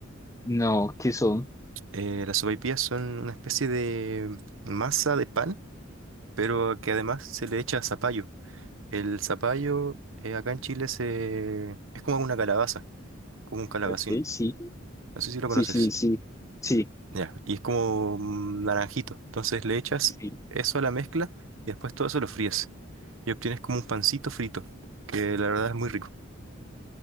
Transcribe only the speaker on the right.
Eh, las sopaipillas son una especie de masa de pan pero que además se le echa zapallo. El zapallo eh, acá en Chile se... es como una calabaza, como un calabacín.
No sé si lo
conoces.
Ya, y es como mm, naranjito. Entonces le echas
eso a la mezcla y después todo eso lo fríes. Y obtienes como un pancito frito, que la verdad es muy rico.